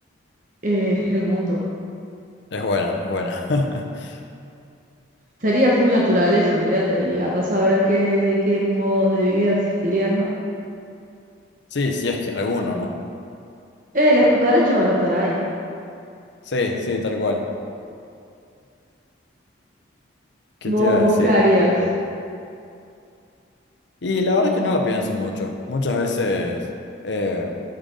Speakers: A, on the right; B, on the left.
A: eh, el mundo.
B: Es buena, es buena. <laughs>
A: Sería full naturaleza, olvídate, y anda a saber qué, qué modos de vida existirían, ¿no?
B: Sí, sí es que alguno, ¿no?
A: Eh, las cucarachas van a estar ahí.
B: Sí, sí, tal cual. ¿Qué
A: ¿Vos,
B: te iba a
A: vos
B: decir?
A: qué harías?
B: Eh, Y la verdad que no lo pienso mucho. Muchas veces, eh,